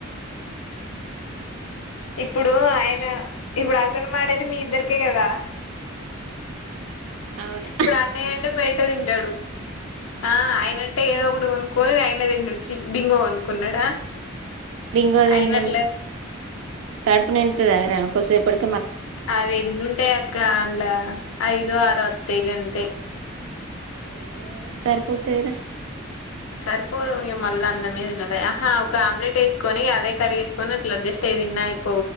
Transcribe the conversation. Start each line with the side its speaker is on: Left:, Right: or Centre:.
Right: ఊమ్
Left: ఇప్పుడు అయిన ఇప్పుడు అసలు మాడేది మీ ఇద్దర్ కే గదా
Right: ఆ అవును
Left: ఇప్పుడు అన్నయ్య అంటే బయట దింటాడు ఆ ఆయనంటే ఏదో ఒకటి కొనుక్కొని ఆయనే దింటడు చి బింగో కొనుక్కున్నాడ
Right: బింగో తిన్నంత
Left: అయినట్లే
Right: కడుపు నిండుతాదా రా కోసేపటికి
Left: అవి ఎన్నుంటాయి అక్క అండ్లౌ ఐదో ఆరో వత్తాయి గంతే
Right: ఏడా సరిపోతాయ్ రా
Left: సరిపోదు మళ్ల అన్నమే దినాలె ఆహా ఒక ఆమ్లెట్ వేసుకొని అదే కర్రి ఏసుకొని అట్లా అడ్జస్ట్ అయ్ నే దిన్నా ఇప్